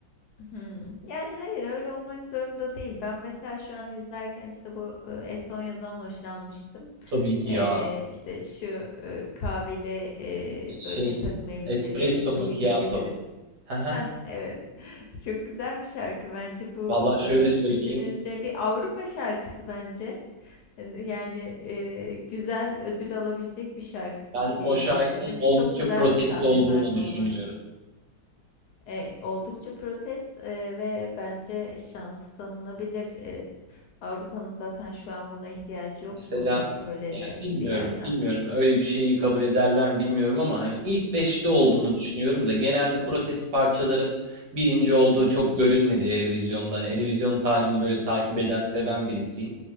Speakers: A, on the left (about 70°); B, on the right (about 65°).
A: Hmm. Yani hayır öyle olmak zorunda değil. Ben mesela şu an izlerken işte bu e, Estonya'dan hoşlanmıştım.
B: tabii ki
A: E,
B: ya.
A: işte şu e, kahveli e, böyle
B: Şey,
A: takım elbiseli
B: espresso
A: bıyıklı
B: macchiato.
A: bir herif.
B: Haha.
A: Heh, evet. <laughs> Çok güzel bir şarkı bence bu.
B: Vallahi
A: e,
B: şöyle söyleyeyim.
A: düşününce bir Avrupa şarkısı bence. Yani yani, eee, güzel ödül alabilecek bir şarkı gibi
B: Ben
A: geliyor
B: o şarkının
A: bana. Çünkü
B: oldukça
A: çok güzel
B: protesto
A: bir sahne
B: olduğunu
A: performans.
B: düşünüyorum.
A: E, oldukça protest e, ve bence şans tanınabilir. E, Avrupa'nın zaten şu an buna ihtiyacı yok
B: Mesela
A: mu? Hani öyle
B: yani
A: de
B: bilmiyorum,
A: bir yerden.
B: bilmiyorum öyle bir şeyi kabul ederler mi bilmiyorum ama hani ilk beşte olduğunu
A: Hı hı,
B: düşünüyorum da genelde protest parçaların birinci olduğu
A: hı
B: çok
A: hı,
B: görülmedi Eurovision'da. Hani Eurovision tarihini böyle takip eden, seven birisiyim.